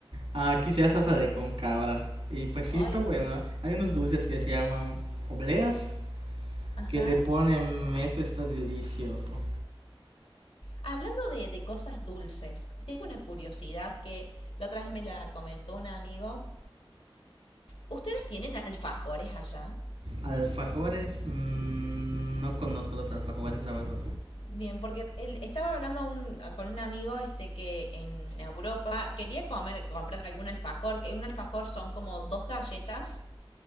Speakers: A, on the right; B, on the left.
A: Aquí se hace salsa de con cabra. Y pues sí,
B: Ay,
A: está bueno. Hay unos dulces que se llaman obleas,
B: ajá.
A: que le ponen eso, está delicioso.
B: Hablando de, de cosas dulces, tengo una curiosidad que la otra vez me la comentó un amigo. ¿Ustedes tienen alfajores allá?
A: Alfajores, mm, no conozco los alfajores, la verdad.
B: Bien, porque él estaba hablando un- con un amigo este que en Europa quería comer, comprar algún alfajor, que un alfajor son como dos galletas,